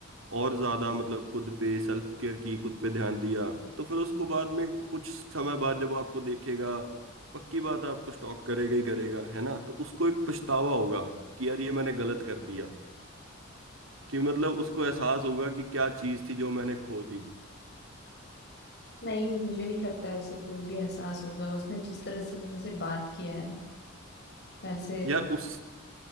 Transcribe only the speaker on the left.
नहीं मुझे नहीं लगता है उसे कोई भी एहसास होगा उसने जिस तरह से मेरे से बात किया है ना वैसे